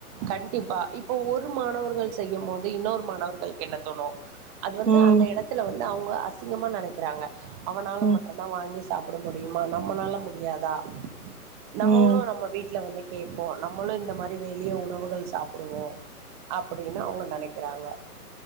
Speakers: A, on the right; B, on the right.
A: கண்டிப்பா இப்ப ஒரு மாணவர்கள் செய்யும் போது இன்னொரு மாணவர்களுக்கு என்ன தோணு அது வந்து
B: ம்
A: அந்த எடத்துல வந்து அவுங்க அசிங்கமா நெனக்குறாங்க அவனால
B: ம்
A: மட்டுந்தா வாங்கி சாப்ட கூட முடியுமா நம்மளால முடியாதா நம்மளு
B: ம்
A: நம்ம வீட்ல வந்து கேட்போ நம்மளும் இந்த மாரி வெளி மதிய உணவுகள் சாப்டுவோ அப்டின்னு அவுங்க நெனக்குறாங்க